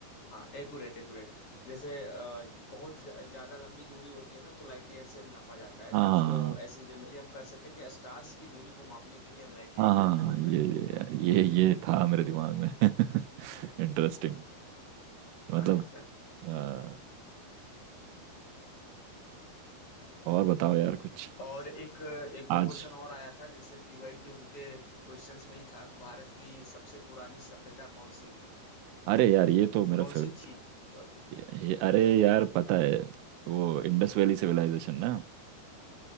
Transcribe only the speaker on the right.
हाँ
हाँ
हाँ
हाँ, ये
ये यार ये ये था मेरे दिमाग में <laughs> इंटरेस्टिंग मतलब
अ, और बताओ यार कुछ
आज
अरे यार ये तो मेरा
फेवरेट
ये, ये- अरे यार पता है वो इंडस वैली सिविलाइजेशन ना